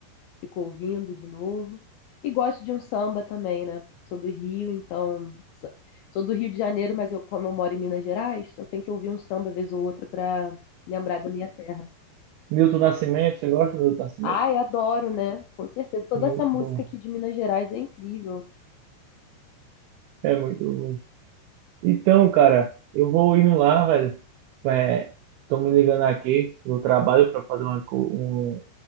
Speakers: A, on the left; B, on the right.
A: fico ouvindo de novo. E gosto de um samba também, né? Sou do Rio, então. sa- Sou do Rio de Janeiro, mas eu, como eu moro em Minas Gerais, eu tenho que ouvir um samba vez ou outra pra lembrar da minha terra.
B: Milton Nascimento, você gosta do Milton Nascimento?
A: Ai, adoro, né? Com certeza. Toda
B: Muito
A: essa música
B: bom.
A: aqui de Minas Gerais é incrível.
B: É muito bom. Então, cara, eu vou indo lá, velho. É, tô me ligando aqui do trabalho para fazer uma, co- um-